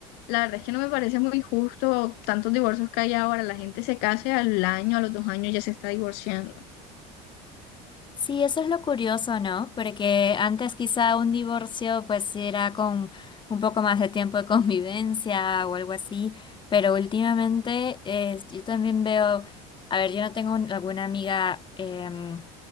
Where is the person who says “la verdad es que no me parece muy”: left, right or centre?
Left